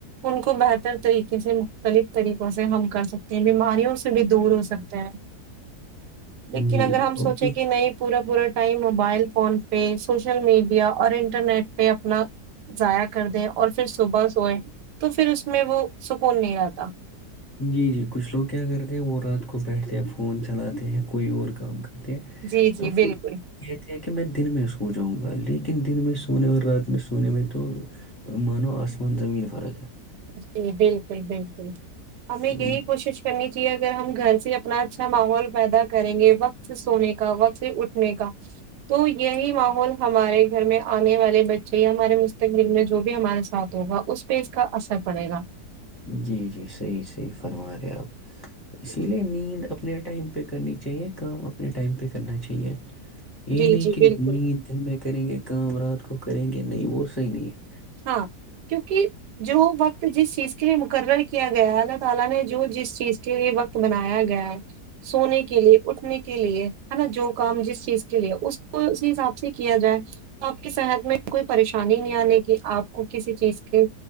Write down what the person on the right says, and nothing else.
ان کو بہتر طریقے سے مختلف طریقوں سے ہم کر سکتے ہیں بیماریوں سے بھی دور ہو سکتے ہیں لیکن
اگر
ہم سوچیں
کہ نہیں پورا پورا یں موبائل فون پہ سوشل میڈیا اور انٹرنیٹ پہ اپنا ضائع کر دے اور پھر صبح سوئے تو پھر اس اس میں وہ سکون نہیں رہتا
جی جی
بالکل
جی بالکل بالکل ہمیں
یہی کوشش کرنیاہی جی اگر ہم گھر سے اپنا اچھا ماحول پیدا کریں گے وقت سے سونے کا وقت سے اٹھنے کا تو یہی ماحول ہمارے گھر میں آنے والے بچے یا ہمارے مستقبل میں جو بھی ہمارے ساتھ ہوگا اس پہ اس کا اثر پڑے گا
جی
جی
بالکل
<unintelligible> کہ آپ کو کسی چیز کی